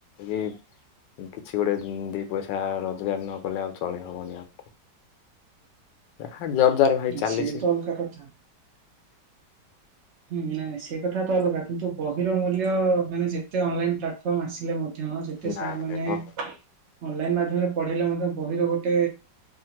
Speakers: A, on the left (about 85°); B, on the right (about 70°).
A: ଏ ବି କିଛି ଗୋଟେ ଦି ପଇସା ରୋଜଗାର ନ କଲେ ଆଉ ଚଳି ହବନି ଆ ଯା ହା ଜୋର ଜର ଭାଇ ଚାଲିଛି।
B: ସିଏ ତ ଅଲଗା କଥା। ହୁଁ ନାଇଁ ନାଇଁ ସେଇ କଥା ତ ଅଲଗା କିନ୍ତୁ ବହିର ମୂଲ୍ୟ ମାନେ ଯେତେ ଅନଲାଇନ ପ୍ଲାଟଫର୍ମ ଆସିଲେ ମ ଧ୍ୟ ଯେତେ
A: ନାଇଁ
B: ସାର୍ ମାନେ।
A: ହଁ
B: ଅନଲାଇନ ମାଧ୍ୟମରେ ପଢେଇଲେ ମଧ୍ୟ ବହିର ଗୋଟେ